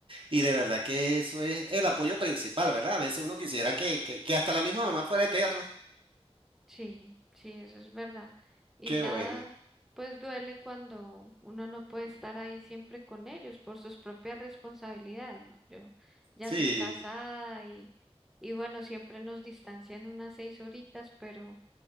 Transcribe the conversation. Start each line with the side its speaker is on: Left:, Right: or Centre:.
Right: Y de verdad que eso es el apoyo principal, ¿verdad? A veces uno quisiera que, que, que hasta la misma mamá fuera eterna.
Centre: Sí, sí, eso es verdad. Y
Right: Qué
Centre: ya,
Right: bueno.
Centre: pues duele cuando uno no puede estar ahí siempre con ellos por sus propias responsabilidades, ¿no? Yo ya
Right: Sí.
Centre: soy casada y, y bueno, siempre nos distancian unas seis horitas, pero